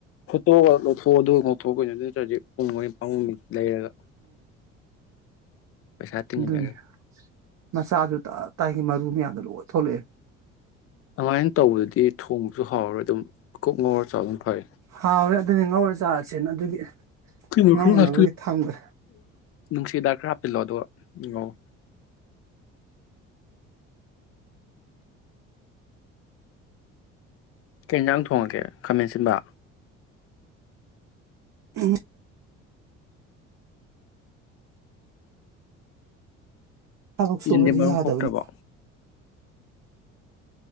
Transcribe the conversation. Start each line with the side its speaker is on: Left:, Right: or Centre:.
Left: ꯐꯣꯠꯇꯣꯛꯑ ꯂꯧꯊꯣꯛꯑ ꯑꯗꯨꯒ ꯂꯧꯊꯣꯛꯩꯅ ꯆꯨꯡ ꯂꯩꯔꯒ ꯄꯩꯁꯥ ꯇꯤꯡꯉ
Right: ꯑꯗꯨꯅꯦ
Left: ꯂꯩꯔꯒ
Right: ꯃꯆꯥꯁꯨ ꯇꯥꯏꯒꯤ ꯃꯔꯨ ꯌꯥ ꯊꯣꯛꯂꯛꯑꯦ
Left: ꯑꯗꯨꯃꯥꯏꯅ ꯇꯧꯕꯗꯗꯤ ꯊꯣꯡꯁꯨ ꯍꯥꯎꯔꯣꯏ ꯑꯗꯨꯝ ꯀꯣꯛ ꯉꯋꯥ ꯆꯥꯎ ꯑꯗꯨꯝ ꯐꯩ
Right: ꯍꯥꯎꯋꯦ ꯑꯗꯨꯗꯤ ꯉꯧꯔ ꯆꯥꯔꯁꯦꯅ ꯑꯗꯨꯒꯤ
Left: ꯀꯩꯅꯣ
Right: ꯉꯧꯅꯕꯒꯤ
Left: ꯈꯔ ꯍꯥ
Right: ꯊꯝꯈ꯭ꯔꯦ
Left: ꯅꯨꯡꯁꯤꯗꯥꯛ ꯈꯔ ꯍꯥꯞꯆꯤꯜꯂꯣ ꯑꯗꯨꯒ ꯉꯧ ꯀꯩ ꯌꯦꯟꯁꯥꯡ ꯊꯣꯡꯉꯒꯦ ꯈꯥꯃꯦꯟ ꯑꯁꯤꯟꯕ
Right: ꯑꯝ ꯊꯕꯛ ꯁꯨꯕꯁꯨ
Left: ꯌꯦꯟꯗꯤ ꯃꯔꯨꯝ
Right: ꯌꯥꯗꯕꯅꯤ
Left: ꯀꯣꯛꯇ꯭ꯔꯕ